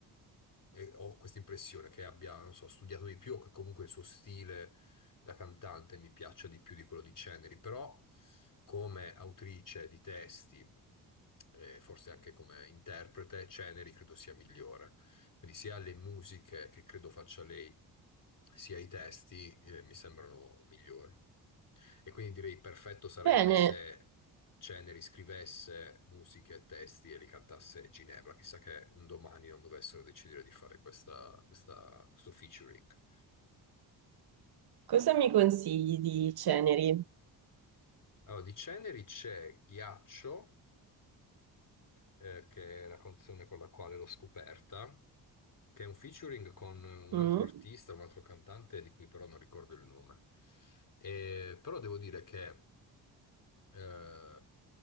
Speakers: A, on the left; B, on the right.
A: E ho questa impressione che abbia, non so, studiato di più o che comunque il suo stile da cantante mi piaccia di più di quello di Ceneri, però come autrice di testi, e forse anche come interprete, Ceneri credo sia migliore. Quindi sia le musiche che credo faccia lei, sia i testi, eh, mi sembrano migliori. E quindi direi perfetto sarebbe
B: Bene,
A: se Ceneri scrivesse musiche e testi e li cantasse Ginevra. Chissà che un domani non dovessero decidere di fare questa, questa- questo featuring.
B: cosa mi consigli di Ceneri?
A: Allora, di Ceneri c'è Ghiaccio eh, che è la canzone con la quale l'ho scoperta, che è un featuring con un
B: Mm?
A: altro artista, un altro cantante, di cui però non ricordo il nome. E- però devo dire che eh,